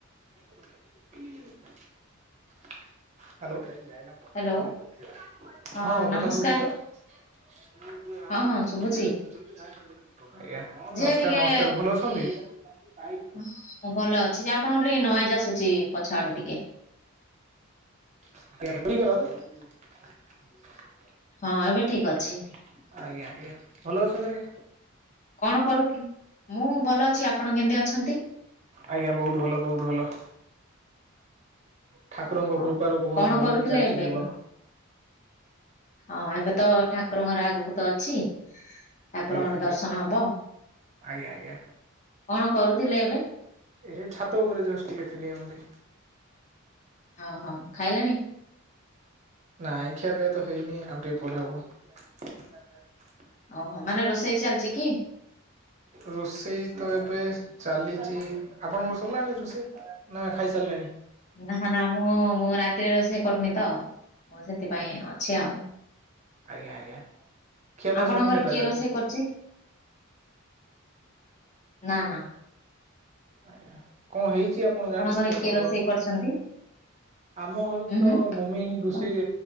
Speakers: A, on the right (about 35°); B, on the left (about 35°).
A: Hello ହଁ କଥା ଶଭୁଚି ତ
B: ହ୍ୟାଲୋ
A: ମୁଁ
B: ହଁ
A: ଆଉ
B: ନମସ୍କାର
A: ଗୋଟେ ଭାଇ
B: ହଁ ହଁ
A: ଆଜ୍ଞା
B: ଶୁଭୁଛି
A: ନମସ୍କାର ନମସ୍କାର
B: ଯେ ଟିକେ
A: ଭଲ ଅଛନ୍ତି
B: ହଁ ମୁଁ ଭଲ ଅଛି ଯେ ଆପଣଙ୍କର ଟିକେ ନଏଜ ଆସୁଛି ପଛ ଆଡୁ ଟିକେ
A: ଆଜ୍ଞା <unintelligible> ଆଜ୍ଞା ଆଜ୍ଞା
B: ହଁ ଏବେ ଠିକ
A: ଭଲ
B: ଅଛି
A: ଅଛନ୍ତି ଆଜ୍ଞା
B: କଣ କରୁ ଥି ମୁଁ ଭଲ ଅଛି ଆପଣ କେମିତି ଅଛନ୍ତି
A: ଆଜ୍ଞା ବହୁତ ଭଲ ବହୁତ ଭଲ ଠାକୁରଙ୍କ
B: ଓହୋ
A: କୃପାରୁ ବହୁତ
B: କଣ
A: ଭଲରେ
B: କରୁଥିଲେ
A: ଚାଲିଛି
B: ଏବେ
A: ଜୀବନ
B: ହଁ ଏବେ ତ ଠାକୁରଙ୍କର ଆଗକୁ ତ ଅଛି ଠାକୁରଙ୍କର
A: ଆଜ୍ଞା ଆଜ୍ଞା।
B: ଦର୍ଶନ ହବ,
A: ଆଜ୍ଞା ଆଜ୍ଞା
B: କଣ କରୁଥିଲେ ଏବେ?
A: ଏ ଛାତ ଉପରେ ଜୋସ୍ଟ ଟିକେ ଥିଲି ଏମିତି
B: ଓହୋ ଖାଇଲେଣି
A: ନାଇଁ ଖିଆ ପିଆ ତ ହେଇନି ଆଉ ଟିକେ ପରେ ହେବ <unintelligible>
B: ଓହୋ ମାନେ ରୋଷେଇ ଚାଲିଛି କି
A: ରୋଷେଇ ତ ଏବେ ଚାଲିଛି ଆପଣଙ୍କର ସରିଲାଣି ରୋଷେଇ ନା ଖାଇସାରିଲେଣି
B: ନା ନା ମୁଁ ମୁଁ ରାତିରେ ରୋଷେଇ କରୁନି ତ ମୁଁ ସେଥିପାଇଁ
A: ଆଜ୍ଞା
B: ଅଛି ଆଉ
A: ଆଜ୍ଞା ଆଜ୍ଞା ଖିଆ ପିଆ
B: ଆପଣଙ୍କ
A: ସରିନି
B: ଘରେ
A: ତାହେଲେ
B: କିଏ
A: ଆହୁରି?
B: ରୋଷେଇ କରଚି ନା ନା
A: ଆଜ୍ଞା କଣ ହେଇଛି ଆ କଣ
B: ଆପଣଙ୍କ
A: ଜାଣିଛନ୍ତି
B: ଘରେ
A: ଆପଣଙ୍କର
B: କିଏ ରୋଷେଇ କରୁଛନ୍ତି?
A: ଆମ ଘରେ
B: ଉଁ
A: ତ
B: ହୁଁ
A: ମମି ହିଁ ରୋଷେଇ
B: କ-